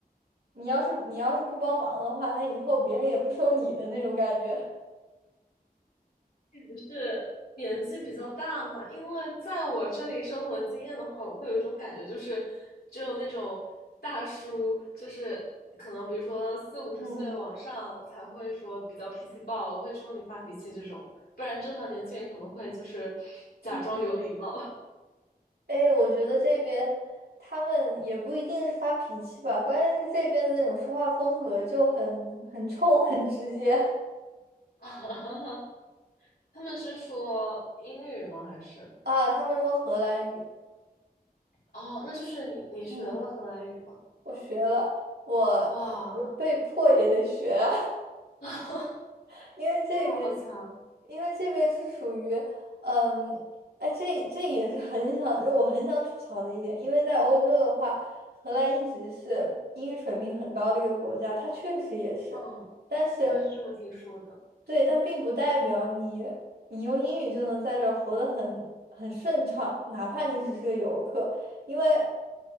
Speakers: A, on the right; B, on the left.
A: 你要是你要是不帮忙的话，那以后别人也不收你的那种感觉。
B: 不是年纪比较大嘛，因为在我这里生活的经验的话，我会有一种感觉，就是只有那种大叔，就是可能比如说四五十岁往上才会说比较脾气暴，
A: 嗯
B: 会冲你发脾气这种，不然正常年轻人可能会就是假装有礼貌。
A: 嗯哎，我觉得这边他们也不一定是发脾气吧，关键是这边的那种说话风格就很很冲、很直接
B: <laughs> 他们是说英语吗？还是
A: <laughs> 啊。他们说荷兰语，
B: 哦，那就是你你学了荷兰语吗？
A: 嗯我学了，我
B: 哇，
A: 我被迫也得学啊，
B: <laughs>
A: <laughs> 因为这边，
B: 天啊，好强！
A: 因为这边是属于，嗯，哎，这这也是很想，就我很想吐槽的一点，因为在欧洲的话，荷兰一直是英语水平很高的一个国家，它确实也是，
B: 嗯，
A: 但是
B: 我也是这么听说的。
A: 对，但并不代表你你用英语就能在这儿活得很很顺畅，哪怕你只是个游客，因为